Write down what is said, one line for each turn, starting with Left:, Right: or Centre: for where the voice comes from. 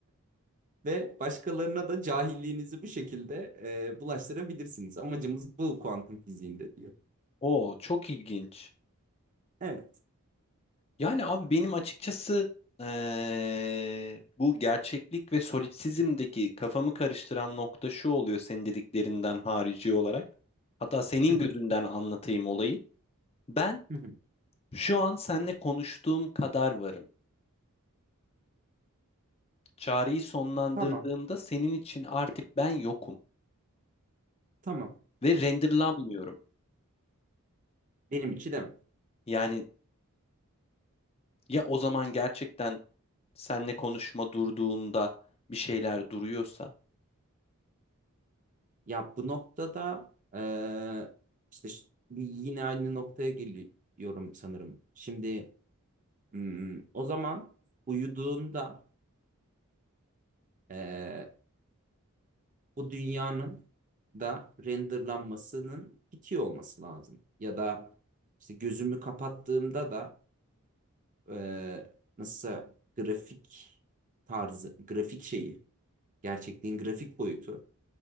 Right: Ve başkalarına da cahilliğinizi bu şekilde e, bulaştırabilirsiniz. Amacımız bu kuantum fiziğinde diyor.
Left: Oo, çok ilginç.
Right: Evet.
Left: Yani abi benim açıkçası eee, bu gerçeklik ve solipsizmdeki kafamı karıştıran nokta şu oluyor senin dediklerinden harici olarak. Hatta senin
Right: Hı hı,
Left: gözünden anlatayım olayı. Ben
Right: hı hı.
Left: şu an seninle konuştuğum kadar varım. Çağrıyı sonlandırdığımda
Right: Tamam.
Left: senin için artık ben yokum
Right: Tamam.
Left: ve renderlanmıyorum.
Right: Benim için de. mi?
Left: Yani ya o zaman gerçekten seninle konuşma durduğunda bir şeyler duruyorsa
Right: Ya bu noktada eee, işte ş- yine aynı noktaya geliyorum sanırım. Şimdi hmm, o zaman uyuduğunda eee, bu dünyanın da renderlanmasının bitiyor olması lazım. Ya da işte gözümü kapattığımda da eee nasıl grafik tarzı, grafik şeyi, gerçekliğin grafik boyutu.